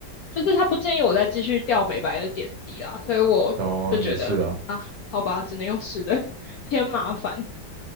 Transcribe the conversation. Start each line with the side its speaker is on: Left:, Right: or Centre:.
Left: 就是他不建议我再继续掉美白的点滴啦，所以我就觉得
Right: 然后也是啦，
Left: 好吧，只能用吃的，<laughs> 偏麻烦。